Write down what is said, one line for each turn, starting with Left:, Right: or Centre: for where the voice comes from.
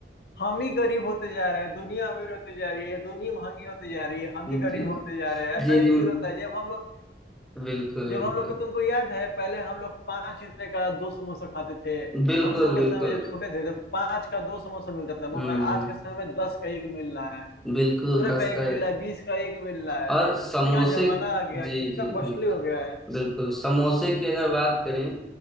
Left: हम ही गरीब होते जा रहे हैं दुनिया अमीर होती जा रही है या दुनिया महंगी होती जा रही है हम ही
Centre: जी
Left: गरीब होते जा रहे हैं ऐसा
Centre: जी
Left: भी
Centre: जी
Left: फील होता है जब हम लोग
Centre: बिल्कुल
Left: जब
Centre: बिल्कुल
Left: हम लोग को तुमको याद है पहले हम लोग पांच रुपए का दो समोसा खाते थे
Centre: बिल्कुल
Left: हम लोग के
Centre: बिल्कुल
Left: समय जब छोटे थे तो पांच का दो समोसा मिलता था
Centre: हम्म
Left: मगर आज के समय में दस का एक मिल रहा है
Centre: बिल्कुल
Left: पंद्रह
Centre: दस
Left: का एक
Centre: का है।
Left: मिल रहा है बीस का एक मिल रहा
Centre: और
Left: है
Centre: समोसे
Left: क्या जमाना आ गया
Centre: जी
Left: कितना
Centre: जी
Left: कॉस्टली
Centre: बिल्कुल
Left: हो गया है
Centre: बिल्कुल समोसे की अगर बात करें